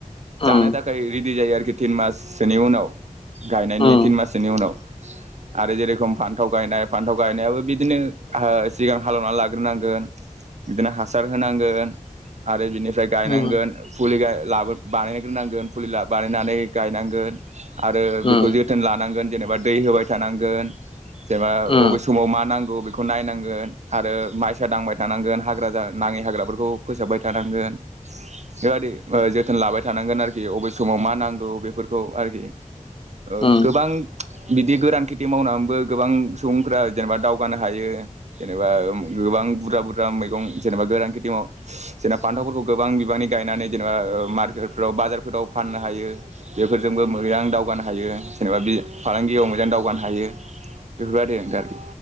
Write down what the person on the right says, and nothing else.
जानो
थाखाय रि दि जायो आरोखि तिन माससोनि उनाव गायनायनि
तिन माससोनि उनाव आरो जेरेखम फान्थाव गायनाय फान्थाव गायनायाबो बिदि दिनो ओ सिगां हालेवना लाग्रोनांगोन बिदिनो हासार होनांगोन आरो बिनिफ गायनांगोन
फुलि गाय लाबो बानायग्रोनांगोन फुलि लाब बानायनानै गायनांगोन। आरो बेखौ
जोथोन लानांगोन। जेनेबा दै होबाय थानांगोन। जेनेबा
अबे समाव मा नांग खौ बेखौ नायनांगोन आरो माइसा दांबाय थानांगोन हाग्रा जा नाङि हाग्राफोरखौ फोसाबबाय थानांगोन बेबादि ओ जोथोन लाबाय थानांगोन आरोखि अबे समाव मा नांगौ बेफोरखौ आरोखि ओ
गोबां बिदि गोरान खेथि मावनानैबो गोबां सुबुंफोरा जेनेबा दाउ गानो हायो जेनेबा ओम गोबां बुरजा बुरजा मै दं जेनेबा गोरान खेथि माव जेनेबा फान्थावफोरखौ गोबां बिबांनि गायनानै जेनेबा ओ मार्केटफोराव बाजारफोराव फाननो हायो बेफोरजोंबो मोजां दावगानो हायो जेनेबा बि फालांगियाव मोजां दावगानो हायो बेफोरबायदि आरोखि।